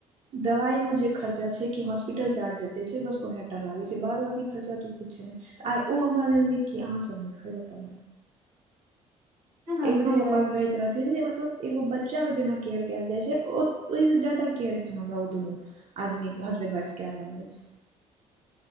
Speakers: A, on the right; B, on the right.
A: दवाई में जे खर्चा छै कि हॉस्पिटल चार्ज जते छै बस ओहे टा लागे छै बाद बकी खर्चा त किछ नहि तऽ आइ ओ हमरा लेल नीक की अहाँसभ नीक से बताउ
B: तें ने हम
A: एखनो
B: कहि
A: पप्पा
B: रहल
A: कहैत
B: छी
A: रह जे मतलब एगो बच्चा के जेना केयर कयल जाइ छै ओहिसँ जायदा केयर एखन हमरा ओ दुनू आदमी के हसबैंड वाइफ क्य रहल अछि